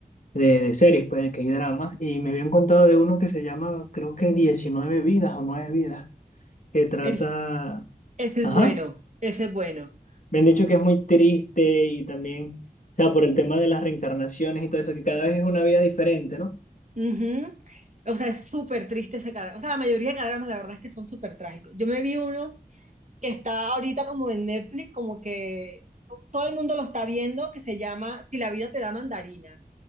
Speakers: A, on the left; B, on the right.
A: de, de series, pues, de que hay dramas, y me habían contado de uno que se llama, creo que 19 vidas o 9 vidas, que trata,
B: Es, ese
A: ajá,
B: es bueno, ese es bueno.
A: me han dicho que es muy triste y también, o sea, por el tema de las reencarnaciones y todo eso, que cada vez es una vida diferente, ¿no?
B: Ujú. O sea, es súper triste ese cadáver. O sea, la mayoría de cadáveres, la verdad es que son súper trágicos. Yo me vi uno que está ahorita como en Netflix, como que todo el mundo lo está viendo, que se llama Si la vida te da mandarinas.